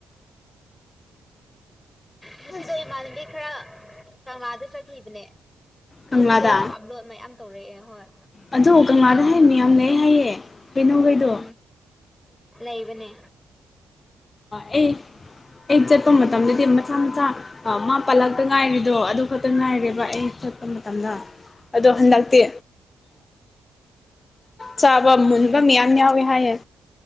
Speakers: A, on the left; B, on the left.
A: ꯉꯁꯤꯗꯣ
B: ꯑꯁ
A: ꯏꯃꯥꯟꯅꯕꯤ ꯈꯔ ꯀꯪꯂꯥꯗ ꯆꯠꯈꯤꯕꯅꯦ ꯃꯣꯏ
B: ꯀꯪꯂꯥꯗ
A: ꯐꯣꯇꯣꯒ ꯑꯞꯂꯣꯗ ꯃꯌꯥꯝ ꯇꯧꯔꯛꯑꯦ ꯍꯣꯏ
B: ꯑꯗꯣ ꯀꯪꯂꯥꯗ ꯍ‌ꯩ ꯃꯤꯌꯥꯝ ꯂꯩ ꯍꯥꯏꯌꯦ ꯍꯩꯅꯧ ꯈꯩꯗꯣ
A: ꯎꯝ ꯂꯩꯕꯅꯦ
B: ꯑꯩ ꯑꯩ ꯆꯠꯄ ꯃꯇꯝꯗꯗꯤ ꯃꯆꯥ ꯃꯆꯥ ꯑ ꯃꯥ ꯄꯜꯂꯛꯇ ꯉꯥꯏꯔꯤꯗꯣ ꯑꯗꯨ ꯈꯛꯇꯪ ꯉꯥꯏꯔꯦꯕ ꯑꯩ ꯆꯠꯄ ꯃꯇꯝꯗ ꯑꯗꯣ ꯍꯟꯗꯛꯇꯤ ꯆꯥꯕ ꯃꯨꯟꯕ ꯃꯤꯌꯥꯝ ꯌꯥꯎꯋꯦ ꯍꯥꯏꯌꯦ